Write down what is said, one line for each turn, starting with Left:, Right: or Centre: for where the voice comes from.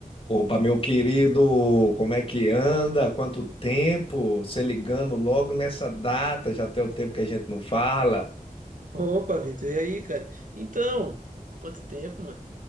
Left: Opa, meu querido, como é que anda? Quanto tempo? Você ligando logo nessa data, já tem o tempo que a gente não fala.
Right: Opa, Vitor, e aí, cara? Então, quanto tempo, mano?